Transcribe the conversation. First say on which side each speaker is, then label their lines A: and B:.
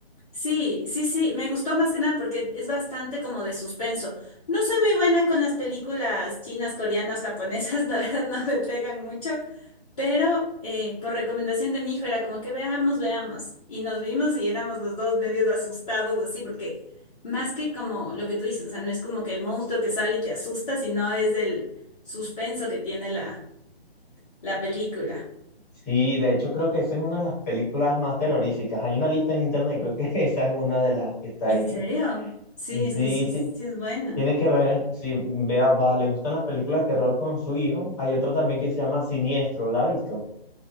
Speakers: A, on the left (about 35°); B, on the left (about 20°).
A: Sí, sí, sí, me gustó más que nada porque es bastante como de suspenso. No soy muy buena con las películas chinas, coreanas, japonesas, <laughs> la verdad no me pegan mucho, pero eh, por recomendación de mi hijo era como que veamos, veamos. Y nos vimos y éramos los dos medios asustados así, porque más que como lo que tú dices, o sea, no es como que el monstruo que sale y te asusta, sino es el suspenso que tiene la, la película.
B: Sí, de hecho creo que esa es una de las películas más terroríficas. Hay una lista en internet, creo que <laughs> esa es una de las que está
A: ¿En
B: ahí.
A: serio? Sí,
B: Y
A: es
B: Sí,
A: que sí, es-
B: ti-
A: sí es buena.
B: tiene que ver, si vea, va, le gustan las películas de terror con su hijo. Hay otro también que se llama Siniestro, ¿la ha visto?